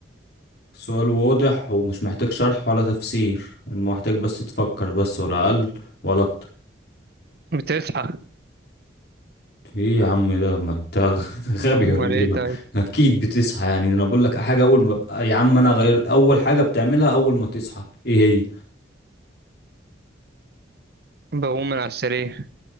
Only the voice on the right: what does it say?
بتصحى
امال
ايه
طيب
بقوم من على السرير